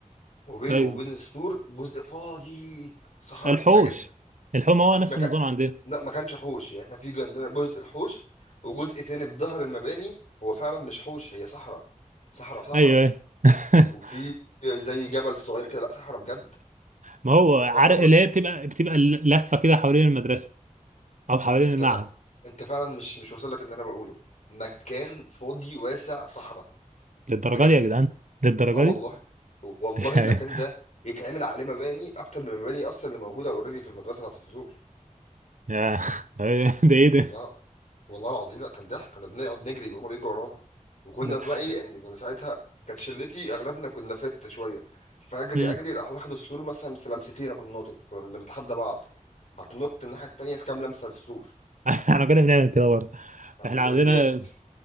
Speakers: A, on the left; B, on the right.
A: وبينه
B: ايوه
A: وبين السور جزء فاضي صحراء
B: الحوش
A: كبيره جدا
B: الحوش ما هو نفس
A: ما كان
B: النظام عندنا
A: لا ما كانش حوش يعني احنا في عندنا جزء الحوش وجزء ثاني في ظهر المباني هو فعلا مش حوش هي صحراء صحراء صحراء
B: ايوه أيوة. <laughs>
A: وفي زي جبل صغير كده لا صحراء بجد
B: ما هو عارف
A: فاحنا
B: اللي هي بتبقى بتبقى لفة كده حوالين المدرسة او حوالين
A: انت
B: المعهد
A: ما... انت فعلا مش مش واصل لك اللي انا بقوله مكان فاضي واسع صحراء
B: للدرجة
A: بجد
B: دي يا جدعان للدرجة
A: اه والله
B: دي
A: والله
B: مش
A: المكان
B: عارف.
A: ده يتعمل عليه مباني اكتر من المباني اصلا اللي موجوده اوريدي في المدرسه بتاعت الفصول
B: يا <laughs> ده ايه ده
A: والله والله العظيم لا كان ضحك كنا بنقعد نجري وهما بيجروا ورانا وكنا
B: ده-
A: بقى ايه يعني كنا ساعتها كانت شلتي اغلبنا كنا فت شويه فاجري
B: مم.
A: اجري راح واخد السور مثلا في لمستين أنا كنت ناطط كنا بنتحدى بعض هتنط الناحيه التانيه في كام لمسه للسور
B: احنا كنا بنعمل كده برضه
A: عاملين
B: احنا عندنا
A: اولمبياد